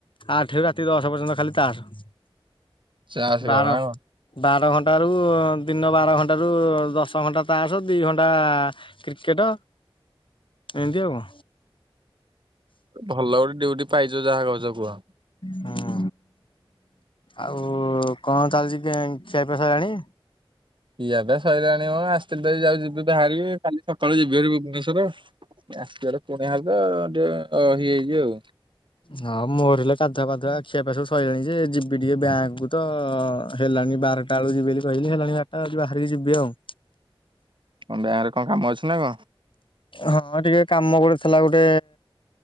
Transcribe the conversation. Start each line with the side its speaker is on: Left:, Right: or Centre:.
Left: ଆଠୁ ରାତି ଦଶ ପର୍ଯ୍ୟନ୍ତ ଖାଲି ତାସ। <unintelligible>
Right: ଚାଷ
Left: ବାର
Right: ଖେଳ ନା କଣ?
Left: ବାର ଘଣ୍ଟାରୁ ଦିନ ବାର ଘଣ୍ଟାରୁ ଦଶ ଘଣ୍ଟା ତାସ ଦୁଇ ଘଣ୍ଟା କ୍ରିକେଟ ଏନ୍ତି ଆଉ।
Right: ଭଲ ଗୋଟେ ଡଉଟି ପାଇଛ ଯାହା କଛ କୁହ।
Left: ହଁ। ଆଉ କଣ ଚାଲିଛି ଖିଆପିଆ ସରିଲାଣି?
Right: ପିଏାବେ ସରିଲାଣି କଣ ଆସି ଯାଉ ଯିବି ବାହାରିବି କାଲି ସକାଳୁ ଯିବିି ଭୁବନେଶ୍ଵର ଆସିବାର ପଣି ହବ ଟିକେ ଅ ହେଇଏ ହେଇଛିିବ ଆଉ।
Left: ହଁ ମୋର ହେଲେ କାଧୁଆ ପାାଧୁଆ ଆଖିଆ ପି ସବୁ ସରିଲାଣି ଯେ ଯିବି ଟିକେ ବ୍ୟାଙ୍କକୁୁ ତ ହେଲାଣି ବାରଟା ବେଳକୁ ଯିବି ବୋଲି କହିଲି ହେଲାଣି ବାରଟା ବ ବାହାରିକି ଯିବି ଆଉ।
Right: ବ୍ୟାଙ୍କରେ କଣ କାମ ଅଛି ନା କଣ?
Left: ହଁ ଟିକେ କାମ ଗେ ଥିଲା ଗୋଟେ